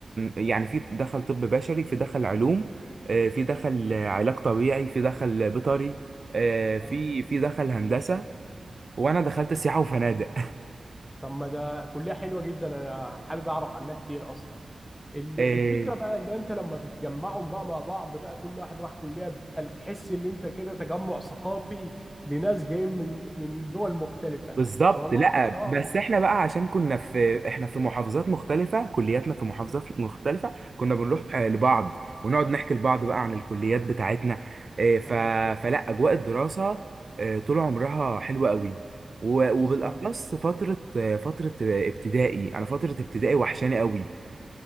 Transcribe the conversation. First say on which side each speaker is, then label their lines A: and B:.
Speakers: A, on the right; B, on the left.
A: يعني في دخل طب بشري في دخل علوم في دخل علاج طبيعي في دخل بيطري
B: اه
A: في في دخل هندسة وانا دخلت سياحة وفنادق
B: طب ما ده كلية حلوة جدا انا حابب اعرف عنها كتير اصلا ال-
A: <laughs>
B: الفكرة بقى اللي انت لما بتجمعهم بقى مع بعض بقى كل واحد راح كلية بتبقى تحس ان انت كده تجمع ثقافي لناس جايين من من دول مختلفة
A: بالظبط
B: والله
A: لا
B: اه
A: بس احنا بقى عشان كنا في احنا في محافظات مختلفة كلياتنا في محافظات مختلفة كنا بنروح آه، لبعض ونقعد نحكي لبعض بقى عن الكليات بتاعتنا آه، ف...
B: اه
A: فلا اجواء الدراسة آه، طول عمرها حلوة قوي و- وبالاخص
B: بالظبط
A: فترة آه، فترة آه، ابتدائي انا فترة ابتدائي وحشاني قوي